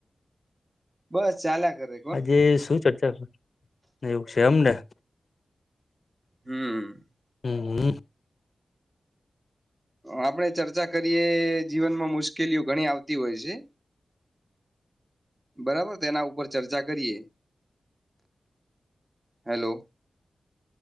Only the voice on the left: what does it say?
આજે શું ચર્ચા કર એવું છે એમને
હમ
હ